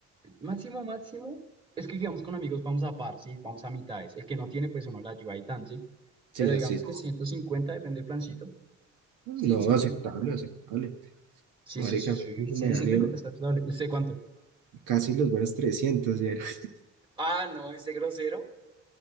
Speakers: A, on the right; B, on the right.
A: máximo, máximo, es que digamos con amigos vamos a par, sí, vamos a mitades, el que no tiene, pues uno la ayuda y tan, sí,
B: Sí,
A: pero
B: ya,
A: digamos
B: sí,
A: que 150 depende del plancito,
B: No,
A: cien, ciento
B: aceptable,
A: cincuenta.
B: aceptable.
A: Sí,
B: Marica,
A: sí, sí,
B: a mí
A: sí,
B: se
A: sí,
B: me
A: 150
B: han ido
A: está razonable. ¿Usted cuánto?
B: casi los buenos 300 ya. <laughs>
A: Ah, no, ese grosero.